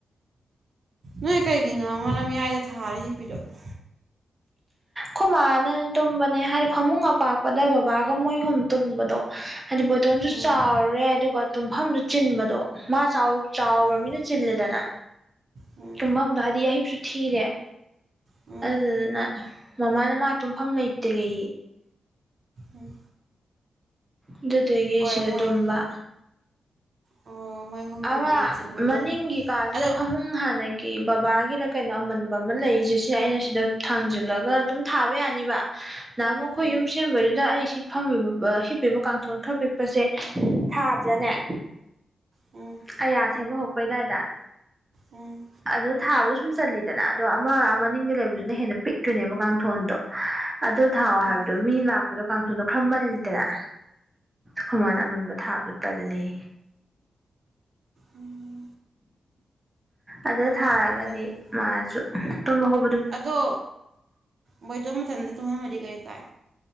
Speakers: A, on the right (about 55°); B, on the right (about 20°).
A: ꯅꯣꯏ ꯀꯩꯒꯤꯅꯣ ꯑꯃꯅꯌꯥꯏꯗ ꯊꯥꯔ ꯍꯤꯄꯤꯔꯛꯑꯣ
B: ꯑꯩ ꯈꯨ ꯃꯥꯅ ꯇꯨꯝꯕꯅꯦ ꯍꯥꯏꯗꯤ ꯐꯃꯨꯡ ꯑꯄꯥꯛꯄꯗ ꯕꯕꯥꯒ ꯃꯣꯏꯍꯨꯝ ꯇꯨꯝꯕꯗꯣ ꯍꯥꯏꯗꯤ ꯕꯣꯇꯣꯟꯁꯨ
A: ꯎꯝ
B: ꯆꯥꯎꯔꯦ ꯑꯗꯨꯒ ꯇꯨꯝꯐꯝꯗꯨ ꯆꯤꯟꯕꯗꯣ ꯃꯥ ꯆꯥꯎꯕ꯭ꯔ
A: ꯎꯝ
B: ꯃꯤꯅ ꯆꯤꯜꯂꯦꯗꯅ
A: ꯎꯝ
B: ꯇꯨꯝꯐꯝꯗꯣ ꯍꯥꯏꯗꯤ ꯑꯍꯤꯤꯞꯁꯨ ꯊꯤꯔꯦ
A: ꯎꯝ
B: ꯑꯗꯨꯗꯨꯗꯨꯅ ꯃꯃꯥꯅ ꯃꯥ ꯇꯨꯝꯐꯝ ꯂꯩꯇ꯭ꯔꯦ
A: ꯎꯝ
B: ꯑꯗꯨꯗꯒꯤ
A: ꯍꯣꯏ
B: ꯁꯤꯗ
A: ꯃꯣꯏ
B: ꯇꯨꯝꯝꯕ
A: ꯑꯣ ꯃꯣꯏ ꯑꯍꯨꯝ ꯇꯨꯝꯕꯗ
B: ꯑꯃ
A: ꯆꯤꯜ ꯃꯨꯇꯣꯟ
B: ꯃꯅꯤꯡꯒꯤ ꯀꯥꯁꯤꯗ
A: ꯑꯗꯣ
B: ꯐꯃꯨꯡ ꯍꯥꯟꯅꯒꯤ ꯕꯕꯥꯒꯤꯅ ꯀꯩꯅꯣ ꯑꯃꯟꯕ ꯑꯃ ꯂꯩꯔꯤꯁꯦ ꯁꯤꯦ ꯑꯩꯅ ꯁꯤꯗ ꯊꯥꯡꯖꯤꯜꯂꯒ ꯑꯗꯨꯝ ꯊꯥꯕ ꯌꯥꯅꯤꯕ ꯅꯃꯈ
A: ꯎꯝ
B: ꯌꯨꯝꯁ ꯑ ꯁꯦꯝꯦꯡꯕꯗꯨꯗ ꯑꯩ ꯁꯤ ꯐꯝꯃꯤꯕ ꯁꯤꯞꯄꯤꯕ ꯀꯥꯡꯊꯣꯟ ꯈꯔ ꯄꯤꯛꯄꯁꯦ ꯊꯥꯗ꯭ꯔꯅꯦ
A: ꯎꯝ
B: ꯀꯌꯥꯁꯦꯕ ꯍꯧ ꯎꯈꯣꯏꯗꯥꯏꯗ
A: ꯎꯝ
B: ꯑꯗꯣ ꯊꯥꯕꯗꯣ ꯁꯨꯝ ꯆꯜꯂꯤꯗꯅ ꯑꯗꯣ ꯑꯃ ꯃꯅꯤꯡꯗ ꯂꯩꯕꯗꯨꯅ ꯍꯦꯟꯅ ꯄꯤꯛꯇꯣꯏꯅꯦꯕ ꯀꯥꯡꯊꯣꯟꯗꯣ ꯑꯗꯨ ꯊꯥꯎꯑꯣ
A: ꯎꯝ
B: ꯍꯥꯏꯕꯗꯣ ꯃꯤ ꯂꯥꯛꯄ ꯗꯣ ꯀꯥꯡꯊꯨꯗꯣ ꯈꯔꯃꯜꯂꯤꯗꯅ ꯈꯨꯃꯥꯏꯅ ꯑꯃꯟꯕ ꯊꯥꯕꯗꯣ ꯇꯜꯂꯤ
A: ꯎꯝ
B: ꯑꯗꯨꯗ ꯊꯥꯔꯒꯗꯤ
A: ꯊꯥꯕ ꯇꯜꯂꯦ
B: ꯃꯥꯁꯨ ꯇꯨꯝꯕ ꯍ
A: ꯑꯗꯣ ꯕꯣꯏꯗꯣ ꯃꯊꯟꯇ ꯇꯨꯝꯍꯝꯃꯗꯤ ꯀꯔꯤ ꯀꯥꯏ